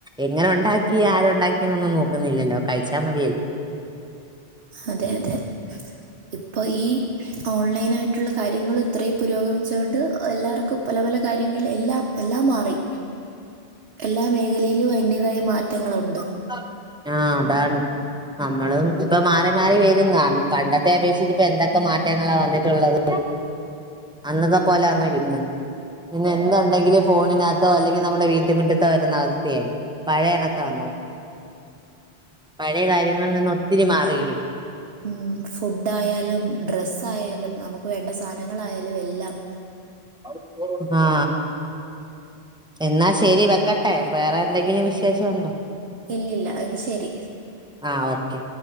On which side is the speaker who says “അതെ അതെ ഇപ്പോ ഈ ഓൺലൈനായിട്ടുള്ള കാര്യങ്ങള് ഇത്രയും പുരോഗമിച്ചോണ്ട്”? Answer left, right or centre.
Right